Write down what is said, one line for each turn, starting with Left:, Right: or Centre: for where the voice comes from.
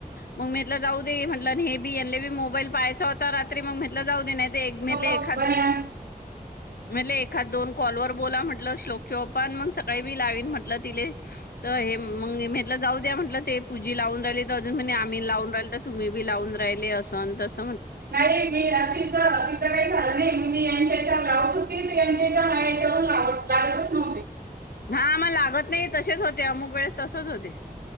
Left: म म जाऊ दे न हेहीले बी मोबाईल पाहायचा होता रात्री मग म्हटलं जाऊ दे नाही म
Right: पप्पा
Left: एखा
Right: बन्या
Left: म एक एखा दोन कॉल वर बोला म्हटलं श्लोक चोप आणि मग सकाळी मी लावीन म्हटलं तिले तर हे म्हट जाऊ द्या म्हटलं ते पूजी लावून राहिले तर अजून आम्ही लावून राहिल तर तुम्ही बी लावून राहिले अस म्ह
Right: नाही मी रशीचा रचा काही झालं नाही म यांच्या यांच्याच्या लागतच नव्हते
Left: हा मग लागत नाही तसेच होते अमुक वेळेस तसंच होते